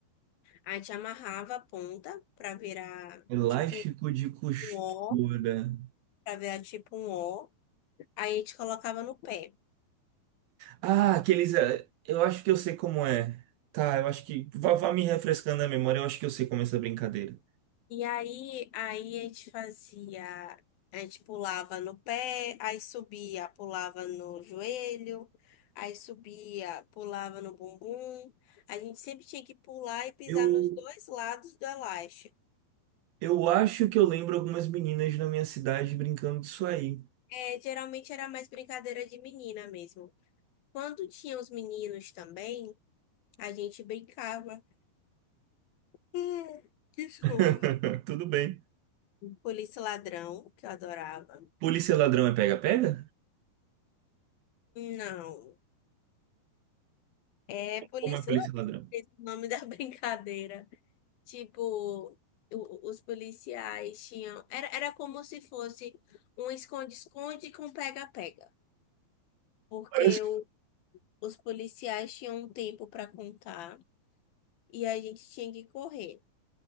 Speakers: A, on the left; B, on the right.
A: A gente amarrava a ponta para virar
B: Elástico
A: tipo
B: de costura.
A: um O, pra virar tipo um O. Aí a gente colocava no pé.
B: Ah, aqueles. eh, Eu acho que eu sei como é. Tá, eu acho que. Vá, vá me refrescando a memória, eu acho que eu sei como é essa brincadeira.
A: E aí, aí a gente fazia, a gente pulava no pé, aí subia, pulava no joelho, aí subia, pulava no bumbum. A gente sempre tinha que pular e pisar
B: Eu,
A: nos dois lados do elástico.
B: eu acho que eu lembro algumas meninas na minha cidade brincando disso aí.
A: É, geralmente era mais brincadeira de menina mesmo. Quando tinha os meninos também, a gente brincava. Hum, Desculpa.
B: <laughs> Tudo bem.
A: Polícia Ladrão, que eu adorava.
B: Polícia e ladrão é pega-pega?
A: Não, é Polícia
B: Como é polícia
A: Ladrão,
B: e ladrão?
A: esse é o nome da <laughs> brincadeira. Tipo, o- os policiais tinham. Era, era como se fosse um esconde-esconde com pega-pega. Porque
B: Parece.
A: o- os policiais tinham um tempo para contar e a gente tinha que correr.